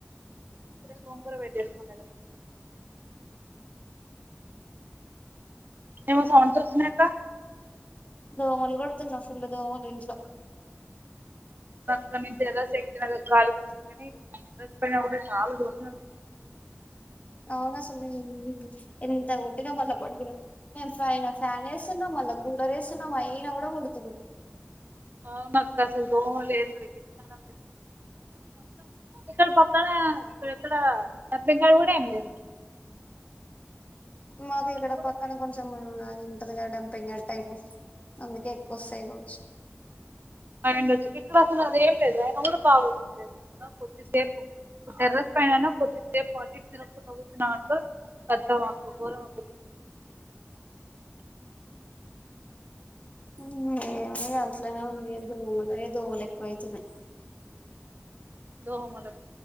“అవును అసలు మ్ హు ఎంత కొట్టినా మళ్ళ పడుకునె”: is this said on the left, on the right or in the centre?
Left